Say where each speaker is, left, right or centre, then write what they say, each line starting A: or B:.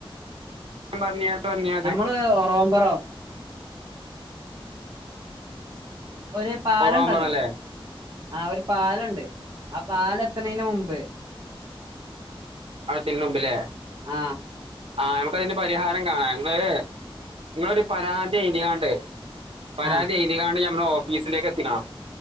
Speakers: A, on the right; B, on the right.
A: <unintelligible>
B: <unintelligible> ഒര് പാലം
A: ഒറവാമ്പുറം
B: ണ്ടല്ലോ.
A: അല്ലേ
B: ആഹ് ഒര് പാലംണ്ട്. ആ പാലം എത്ത്ണേന് മുമ്പ്.
A: അവ്ടെത്തിന്ന് മുമ്പ് ലേ.
B: ആ
A: ആഹ് നമക്ക് അയിന് പരിഹാരം കാണാ. നിങ്ങള് നിങ്ങളൊരു പരാതി എഴ്തികാണ്ട് പരാതി
B: ആ
A: എഴ്തീങ്ങാണ്ട് ഞമ്മടെ ഓഫീസിലേക്കെത്തിക്കണം.